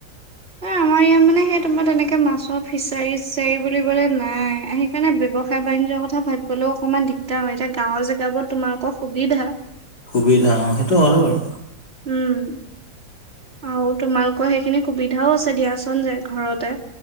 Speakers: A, on the right; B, on the left.
A: এ আমাৰ ইয়াত মানে সেই তোমাৰ তেনেকে মাছৰ ফিচাৰি-চিচাৰি বুলিবলে নাই সেইকাৰণে ব্যৱসায়-বাণিজ্য কথা ভাবিবলৈও অকণমান দিগদাৰ হয়। এতিয়া গাঁওৰ জেগাবোৰত তোমালোকৰ সুবিধা
B: সুবিধা অ' সেইটো হয় বাৰু।
A: উম আৰু তোমালোকৰ সেইখিনি সুবিধাও আছে। দিয়াচোন যে ঘৰতে